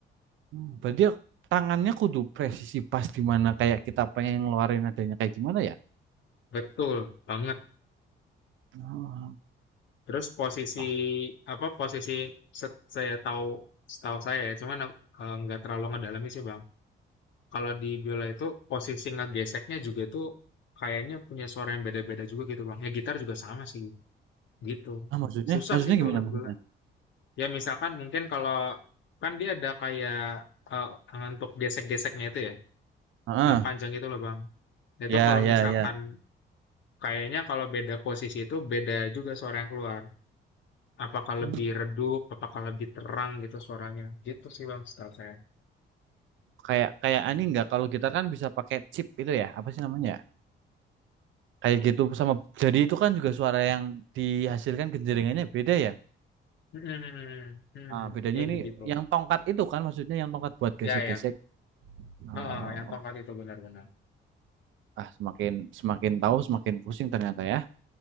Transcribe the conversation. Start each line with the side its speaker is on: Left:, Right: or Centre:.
Right: Hmm, berarti ya tangannya kudu presisi pas di mana kayak kita pengen ngeluarin adanya kayak gimana ya?
Left: Betul banget.
Right: Ah,
Left: Terus posisi
Right: apa?
Left: apa posisi se- saya tahu setahu saya ya, cuman aku, eh, nggak terlalu ngedalami sih, Bang. Kalau di biola itu posisi ngegeseknya juga itu kayaknya punya suara yang beda-beda juga gitu, Bang. Ya gitar juga sama sih gitu.
Right: Ah, maksudnya
Left: Susah
Right: maksudnya
Left: sih kalau
Right: gimana maksudnya?
Left: biola. Ya misalkan mungkin kalau kan dia ada kayak eh, tangan untuk gesek-geseknya itu ya,
Right: Heeh.
Left: yang panjang itu loh, Bang. Itu
Right: ya
Left: kalau
Right: ya
Left: misalkan
Right: ya.
Left: kayaknya kalau beda posisi itu beda juga suara yang keluar. Apakah
Right: Hmm.
Left: lebih redup, apakah lebih terang gitu suaranya. Gitu sih Bang setahu saya.
Right: Kayak kayak ani nggak kalau gitar kan bisa pakai chip itu ya, apa sih namanya? ya? Kayak gitu sama jadi itu kan juga suara yang dihasilkan genjeringannya beda ya.
Left: Hmm, hmm, hmm, hmm.
Right: Ah, bedanya
Left: ya kayak
Right: ini
Left: gitu.
Right: yang tongkat itu kan maksudnya yang tongkat buat
Left: Ya
Right: gesek-gesek.
Left: yang,
Right: Oh,
Left: heeh, yang tongkat itu benar-benar.
Right: ah semakin semakin tahu semakin pusing ternyata ya.